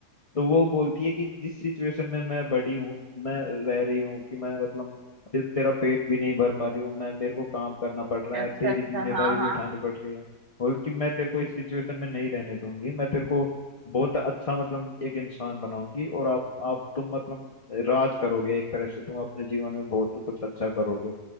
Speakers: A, on the left; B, on the right.
A: तो वो बोलती है कि जिस सिचुएशन में मैं बड़ी हूँ मैं रह रही हूँ कि मैं मतलब सिर्फ तेरा पेट भी नहीं भर पा रही हूँ मैं मेरे को काम करना पड़ रहा
B: अच्छा
A: है तेरी
B: अच्छा
A: जिम्मेदारी
B: हाँ हाँ
A: भी उठानी पड़ रही है बोल कि मैं तेरे को इस सिचुएशन में नहीं रहने दूंगी मैं तेरे को बहुत अच्छा मतलब एक इंसान बनाऊंगी और आप आप तुम मतलब राज करोगे एक तरह से तुम अपने जीवन में बहुत कुछ अच्छा करोगे